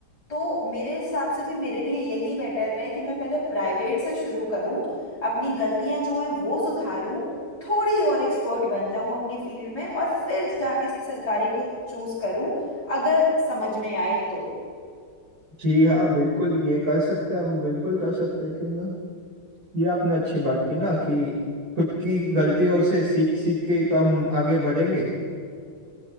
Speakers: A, on the left; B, on the right.
A: तो मेरे हिसाब से भी मेरे लिए यही बेटर है कि मैं पहले प्राइवेट से शुरू करूं अपनी गलतियां जो हैं वो सुधारूं थोड़ी और एक्सपर्ट बन जाऊं अपनी फील्ड में और फिर जाके सरकारी को चूज करूं अगर समझ में आए तो
B: जी हाँ बिल्कुल ये कर सकते हैं हम बिल्कुल कर सकते हैं क्यों ना ये आपने अच्छी बात की ना कि खुद की गलतियों से सीख सीख के ही तो हम आगे बढ़ेंगे